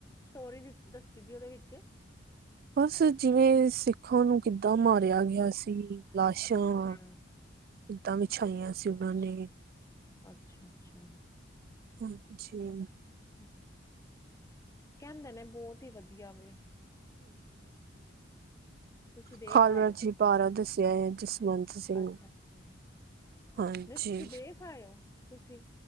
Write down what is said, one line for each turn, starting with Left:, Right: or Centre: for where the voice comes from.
Left: ਸਟੋਰੀ ਦੱਸੀ ਦੀ ਉਹਦੇ ਵਿੱਚ
Right: ਬਸ ਜਿਵੇਂ ਸਿੱਖਾਂ ਨੂੰ ਕਿੱਦਾਂ ਮਾਰਿਆ ਗਿਆ ਸੀ ਲਾਸ਼ਾਂ
Left: ਅੱਛਾ ਅੱਛਾ
Right: ਏਦਾਂ ਵਿਛਾਈਆਂ ਸੀ ਉਹਨਾਂ
Left: ਅੱਛਾ
Right: ਨੇ
Left: ਅੱਛਾ ਅੱਛਾ
Right: ਹਮ ਜੀ
Left: ਹਮ ਕਹਿੰਦੇ ਨੇ ਬਹੁਤ ਹੀ ਵਧੀਆ ਵੇ ਤੁਸੀਂ ਦੇਖ
Right: ਖਾਲਵਰਜੀ
Left: ਆਏ ਹੋ
Right: ਪਾਰਾ ਦੱਸਿਆ ਹੈ ਜਸਵੰਤ ਸਿੰਘ
Left: ਅੱਛਾ ਨਹੀਂ
Right: ਹਾਂਜੀ
Left: ਤੁਸੀਂ ਦੇਖ ਆਇਓ ਤੁਸੀਂ